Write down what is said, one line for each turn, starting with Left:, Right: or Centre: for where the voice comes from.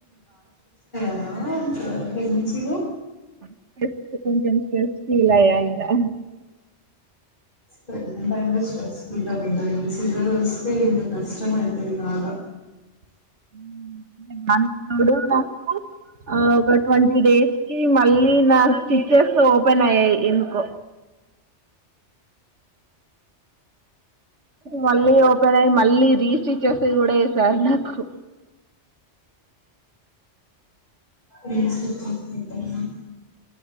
Left: అ <unintelligible> ప్రెగ్నెన్సీలో
Right: <unintelligible> కొంచం స్ట్రెస్ ఫీల్ అయ్య ఇంకా
Left: సర్లే టైం వేస్ట్ <unintelligible> సీనియర్ వస్తే ఇంక కష్టం అయితది బాగా
Right: <unintelligible> నాకు ఆ ఒక ట్వంటీ డేస్ కి మళ్ళీ నా స్టిచెస్ ఓపెన్ అయ్యాయ్ ఎందుకో మళ్ళీ ఓపెన్ అయ్ మళ్ళీ రీస్టిచెస్ కూడా ఎసార్ నాకు
Left: రీస్టిచస్ <unintelligible>